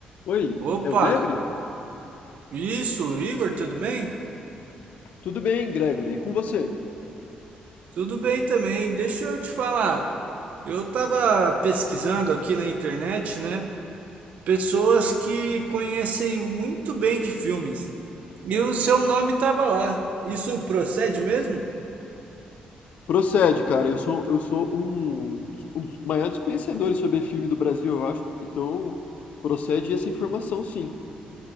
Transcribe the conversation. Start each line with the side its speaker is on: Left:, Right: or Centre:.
Left: Oi,
Right: Opa!
Left: é o Gregory?
Right: Isso, Igor, tudo bem?
Left: Tudo bem, Gregory, e com você?
Right: Tudo bem também. Deixa eu te falar. Eu tava pesquisando aqui na internet, né? Pessoas que conhecem muito bem de filmes. E o seu nome tava lá. Isso procede mesmo?
Left: Procede, cara, eu sou, eu sou um, dos- um dos maiores conhecedores sobre filme do Brasil, eu acho. Então, procede essa informação, sim.